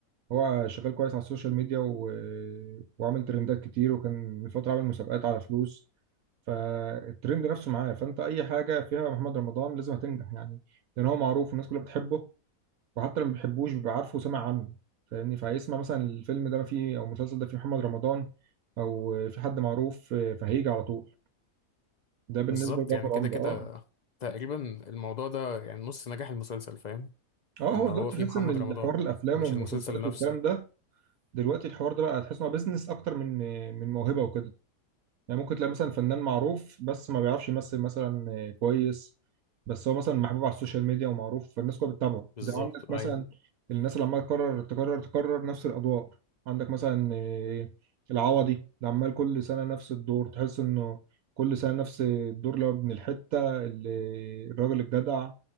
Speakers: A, on the right (about 75°); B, on the left (about 70°).
A: هو شغال كويس على السوشيال ميديا و... وعامل ترندات كتير وكان من فترة عامل مسابقات على فلوس فالترند نفسه معاه فانت اي حاجة فيها محمد رمضان لازم هتنجح يعني لان هو معروف والناس كلها بتحبه وحتى اللي ما بيحبوش بيبقى عارفه وسمع عنه فاهمني فهيسمع مثلا الفيلم ده فيه او المسلسل ده فيه محمد رمضان او في حد معروف فهيجي على طول ده بالنسبة
B: بالظبط
A: لجعفر
B: يعني كده
A: عمدة
B: كده
A: اه
B: تقريبا الموضوع ده يعني نص نجاح المسلسل فاهم
A: اه
B: ان
A: هو
B: هو
A: دلوقتي
B: فيه
A: تحس
B: محمد
A: ان الحوار
B: رمضان
A: الافلام
B: مش
A: والمسلسلات
B: المسلسل نفسه
A: والكلام ده دلوقتي الحوار ده بقى تحس انه بيزنس اكتر من من موهبه وكده يعني ممكن تلاقي مثلا فنان معروف بس ما بيعرفش يمثل مثلا كويس بس هو مثلا محبوب على السوشيال ميديا ومعروف فالناس كلها بتتابعه
B: بالظبط
A: زي عندك مثلا
B: ايوه
A: الناس اللي عماله تكرر تكرر تكرر نفس الادوار عندك مثلا آه، العوضي اللي عمال كل سنه نفس الدور تحس انه كل سنه نفس الدور اللي هو ابن الحته اللي الراجل الجدع